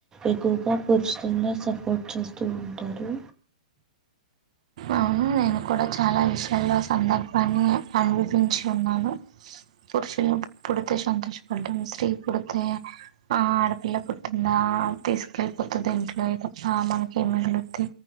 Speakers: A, on the right; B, on the right.
A: ఎక్కువగారు స్తుంగా సపోర్ట్ చేస్తూ ఉంటారు
B: అవును నేను కూడా చాలా విషయాల్లో సందర్భాన్ని అనుభవించి ఉన్నాను పురుషులు పుడితే సంతోషపడ్డాం స్త్రీ పుడితే ఆ ఆడపిల్ల పుట్టిందా తీసుకెళ్ళిపోతుంది ఇంట్లో తప్ప మనకి ఏమి మిగులుద్ది